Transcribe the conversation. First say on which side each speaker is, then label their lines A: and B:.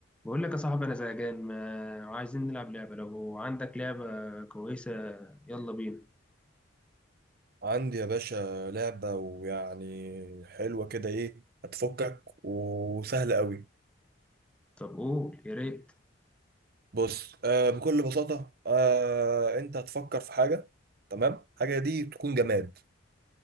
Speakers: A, in the centre; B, on the right.
A: بقول لك يا صاحبي انا زهقان ما عايزين نلعب لعبه لو عندك لعبه كويسه يلا بينا
B: عندي يا باشا لعبة ويعني حلوة كده ايه هتفكك وسهلة قوي
A: طب قول يا ريت
B: بص آه بكل بساطة آه انت هتفكر في حاجة تمام حاجة دي تكون جماد